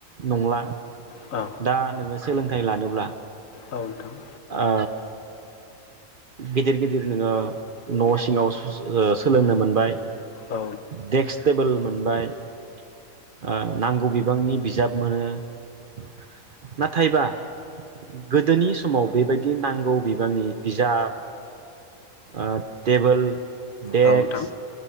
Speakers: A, on the right (about 50°); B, on the left (about 75°).
A: नंला ।
B: औ नोंथां औ नोंथां औ नोंथां औ नोंथां औ
A: दा नोंङो सोलोंथाइ लानोब्ला
B: औ नोंथां ।
A: ओ गिदिर गिदिर नोंङो न' सिङाव ओ सोलोंनो मोनबाय ।
B: नोंथां औ उम
A: देक्स, टेबोल मोनबाय । ओ नांगौ बिबांनि बिजाब मोनो । नाथायबा गोदोनि समाव बेबायदि नांगौ बिबांनि बिजाब ओ टेबोल, डेक्स
B: औ नोंथां